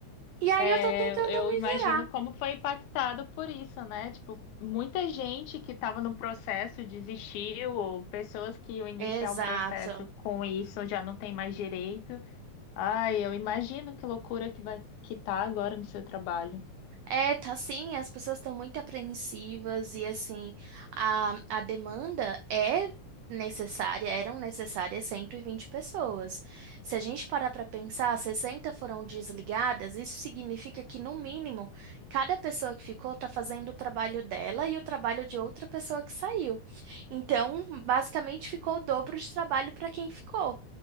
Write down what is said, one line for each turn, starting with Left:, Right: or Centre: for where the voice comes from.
Right: E aí
Left: é,
Right: eu tô tentando
Left: eu
Right: me
Left: imagino
Right: virar.
Left: como foi impactado por isso, né? Tipo, muita gente que estava no processo desistiu, ou pessoas que iam iniciar
Right: Exato.
Left: o processo com isso já não tem mais direito. Ai, eu imagino que loucura que vai que tá agora no seu trabalho.
Right: É, tá sim, as pessoas estão muito apreensivas e assim, a, a demanda é necessária, eram necessárias 120 pessoas. Se a gente parar para pensar, 60 foram desligadas, isso significa que no mínimo, cada pessoa que ficou está fazendo o trabalho dela e o trabalho de outra pessoa que saiu. Então, basicamente ficou o dobro de trabalho para quem ficou